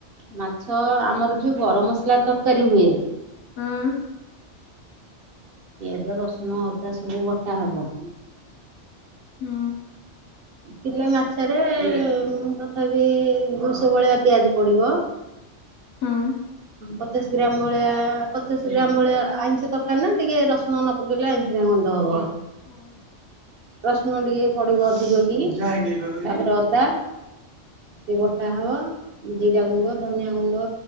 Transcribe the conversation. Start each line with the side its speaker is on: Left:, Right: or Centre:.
Right: ମାଛ ଆମର ଯୋଉ ଗରମ ମସଲା ତରକାରୀ ହୁଏ।
Left: ହଁ
Right: ପିଆଜ, ରସୁଣ, ଅଦା ସବୁ ବଟା ହବ।
Left: ହଁ
Right: କିଲେ ମାଛରେ ତଥାପି ଦୁଇଶହ ଭଳିଆ ପିଆଜ ପଡିବ।
Left: ହଁ
Right: ପଚାଶ ଗ୍ରାମ ଭଳିଆ ପଚାଶ ଗ୍ରାମ ଭଳିଆ ଆଇଁଷ ତରକାରୀ ନା ଟିକେ ରସୁଣ ନ <unintelligible> ଗନ୍ଧ ହବ
Left: ହଁ
Right: ପ୍ରଶ୍ନ ଟିକେ ପଡିବ ଅଧିକକି ତାପରେ ଅଦା <unintelligible> ବଟା ହବ ଜିରା ଗୁଣ୍ଡ, ଧନିଆ ଗୁଣ୍ଡ,